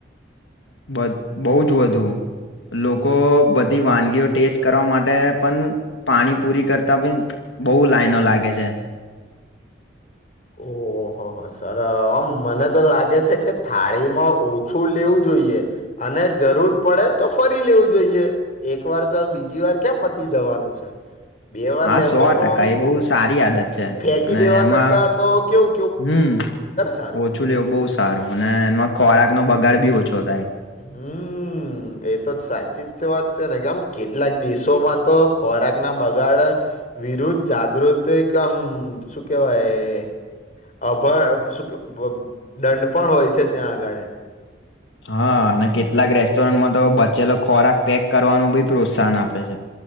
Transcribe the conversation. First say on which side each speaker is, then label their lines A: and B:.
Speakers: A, on the left; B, on the left.
A: બધ બહુ જ વધુ. લોકો બધી વાનગીઓ ટેસ્ટ કરવા માટે પણ પાણી પૂરી કરતા બી બોઉ લાઈનો લાગે છે.
B: ઓહહોહો સર આમ મને તો લાગે છેકે થાળીમાં ઓછું લેવું જોઈ અને જરૂર પડે તો ફરી લેવું જોઈએ એક વારતો બીજી વાર ક્યાં પતિ જવાનું છે બે વાર
A: હા
B: લેશો
A: સો
B: તોમ
A: ટકા એ બહુ સારી આદત છે
B: ફેંકી
A: અને
B: દેવા
A: એમાં
B: કર તાતો કેવું.
A: હમ,
B: સારું
A: ઓછું લેવું બો સારું અને એમાં ખોરાકનો બગાડ બી ઓછો થાય.
B: હમ, એતો સાચી જ વાત છેને કેમ કેટલાક દેશોમાં તો ખોરાકનાં બગાડ વિરુદ્ધ જાગૃતિકમ શું કેવાય અભણ એમ શું કેવ દંડ પણ હોય છે ત્યાં આગાળે.
A: હા, અને કેટલાક રેસ્ટોરન્ટમાં તો બચેલો ખોરાક પેક કરવાનું બી પ્રોત્સાહન આપે છે.